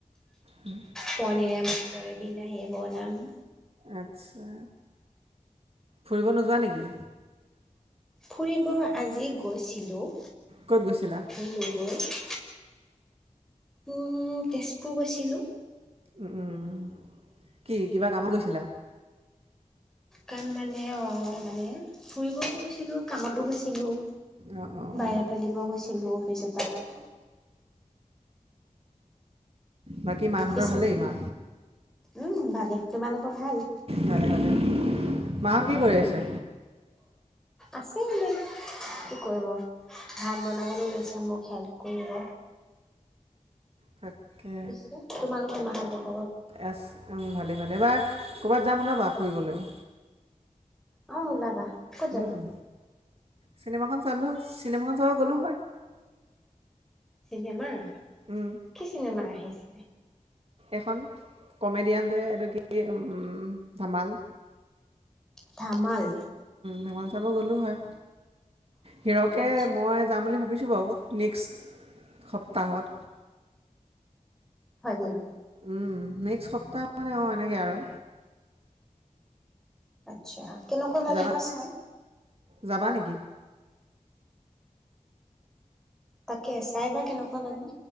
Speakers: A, on the right; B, in the centre.
A: হু।
B: পনীৰে, মটৰে, বিলাহীয়ে বনাম।
A: আচ্ছা। ফুৰিব নোযোৱা নেকি?
B: ফুৰিব আজি গৈছিলোঁ।
A: ক'ত গৈছিলা?
B: <unintelligible> উম, তেজপুৰ গৈছিলোঁ।
A: উম। কি, কিবা কামত গৈছিলা?
B: কাম মানে অ' মানে ফুৰিবও গৈছিলোঁ, কামতো গৈছিলোঁ।
A: অঁ অঁ
B: বাইও ডাটা দিব গৈছিলোঁ অফিচ এটাত।
A: বাকী মাহঁতৰ
B: পিছত
A: ভালেই মা?
B: উম, ভালে। তোমালোকৰ ভাল?
A: ভালে ভালে। মাহঁত কি কৰি আছে?
B: আছে এনেই। কি কৰিব, ভাত বনাবলৈ লৈছে মোক হেল্প কৰিব।
A: তাকে।
B: পিছে তোমালোকৰ মা <unintelligible>
A: এছ ভালে ভালে এইবাৰ ক'ৰবাত যাম ওলাবা ফুৰিবলৈ,
B: অ ওলাবা ক'ত যাবা?
A: উম, চিনেমাখন চালো চিনেমাখন চাব গ'লো হয়।
B: চিনেমা
A: উম
B: কি চিনেমা আহিছে?
A: এখন কমেডিয়ানটোৱে এইটো কি ধামাল,
B: ধামাল
A: ধামাল চাব গ'লো হয়, হিৰকে
B: আচ্ছা
A: মই যাম বুলি ভাবিছোঁ বাৰু নেক্সট সপ্তাহত,
B: হয় নেকি,
A: উম নেক্সট সপ্তাহ মানে অ এনেকৈ আৰু,
B: আচ্ছা কেনেকুৱা লাগে
A: যাবা
B: বা চাই,
A: যাবা নেকি?
B: তাকে চাই বা কেনেকুৱা লাগে।